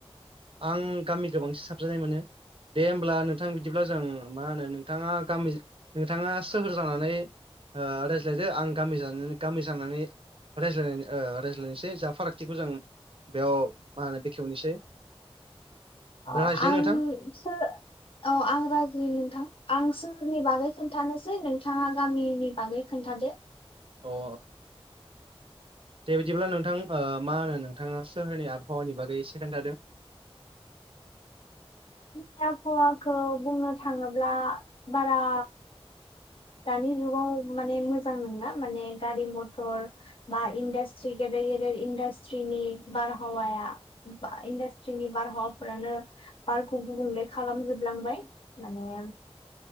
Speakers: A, on the right; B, on the left.
A: आं गामि गोबांसिन साबजानाय मोनो। दे होमब्ला नोंथां बिदिब्ला जों मा होनो नोंथाङा गामि नोंथाङा सोहोर जानानै ओ रायज्लायदो आं गामि जानानै गामि जानानै रायज्लाय रायज्लायनोसै जा फारागथिखौ जों बेयाव मा होनो बेखेवनोसै।
B: अ
A: रायज्लायदो
B: आं
A: नोंथां
B: बिसोर औ आं राजु नोंथां आं सोहोरनि बागै खोन्थानोसै नोंथाङा गामिनि बागै खोन्थादो।
A: अ औ दे बिदिब्ला नोंथां ओ मा होनो नोंथाङा सोहोरनि आबहावानि बागै एसे खोन्थादो।
B: सोहोरनि आहवाखौ बुंनो थाङोब्ला बारा दानि जुगाव माने मोजां नङला माने गारि मथर बा इन्डास्ट्रि गेदेर गेदेर इन्डास्ट्रिनि बारहावाया इन्डास्ट्रिनि बारहावाफोरानो बारखौ गुबुंले खालामजोबलांबाय माने